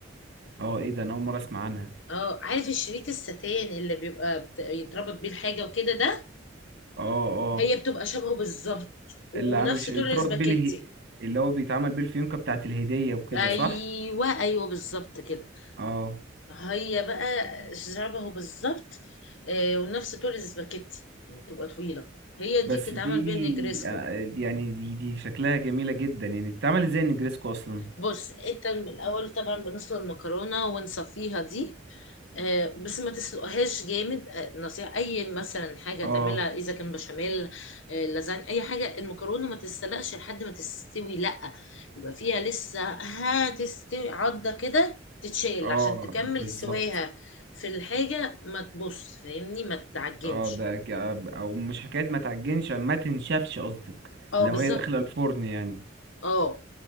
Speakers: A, on the right; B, on the left.
A: اه ايه ده انا اول مره اسمع عنها
B: اه عارف الشريط الستان اللي بيبقى بت- يتربط بيه الحاجة وكده ده
A: اه اه
B: هي بتبقى شبهه بالظبط ونفس
A: اللي عامل ش...
B: طول
A: اللي بتربط
B: السباكيتي
A: بيه اله- اللي هو بيتعمل بيه الفيونكه بتاعه الهديه وكده
B: ايوه
A: صح
B: ايوه بالظبط كده
A: اه
B: هي بقى شبهه بالظبط آه، ونفس طول السباكيتي يعني بتبقى طويلة هي
A: بس
B: دي بتتعمل
A: دي
B: بيها نجريسكو
A: آه، دي- يعني دي دي شكلها جميله جدا يعني بتتعمل ازاي النجريسكو اصلا
B: بص انت الاول طبعا بنسلق المكرونه ونصفيها دي آه، بس ما تسلقهاش جامد آه، نصيحة أي مثلا حاجة
A: اه
B: تعملها إذا كان بشاميل آه، لازانيا أي حاجة المكرونة ما تتسلقش لحد ما تستوي لأ يبقى فيها لسه هتستوي عضة كده تتشال
A: اه
B: عشان تكمل
A: بالظبط
B: سواها في الحاجة ما تبص فاهمني ما تعجنش
A: اه ده ك- او مش حكايه ما تعجنش ما تنشفش قصدك
B: اه
A: لو
B: بالظبط
A: هي داخله الفرن يعني
B: اه